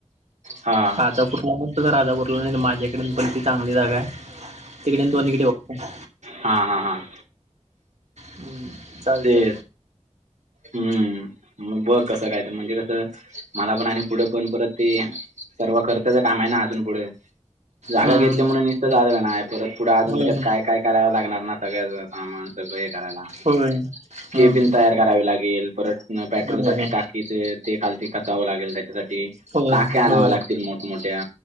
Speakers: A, on the right; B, on the right.
A: हा
B: आता कुठला तुझा राजा बरला नाही तर माझ्याकडेन पण ती चांगली जागा आहे तिकडे आन दोन्हीकडे बघते.
A: हां हां हां.
B: हम्म चालतेय.
A: ते हम्म म बघ कसं कायतर म्हणजे कसं मला पण आणि पुढं पण परत ते सर्व खर्चचा काम आहे ना अजून पुढे. जागा
B: हम्म
A: घेतली म्हणून निसतं झालं नाय परत पुढे अजून
B: होय
A: त्याच्यात काय काय करायवं लागणार ना सगळ्याचं सामान तसं हे करायला
B: होय हम्म
A: केबिन तयार करावी लागेल. तेल परत ना पेट्रोल
B: होय
A: साठी टाकी ते खालती कचावं लागेल त्याच्यासाठी
B: होय
A: टाक्या आणाव
B: होय
A: लाग तील मोठमोठ्या